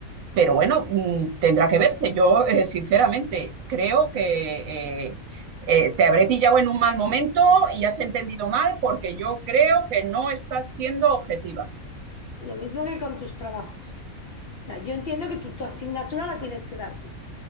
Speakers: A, on the right (about 75°); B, on the left (about 65°).
A: Pero bueno, mm, tendrá que verse. Yo, eh, sinceramente, creo que eh, eh, te habré pillado en un mal momento y has entendido mal porque yo creo que no estás siendo objetiva.
B: Lo mismo que con tus trabajos. O sea, yo entiendo que tu, tu asignatura la tienes que dar tú,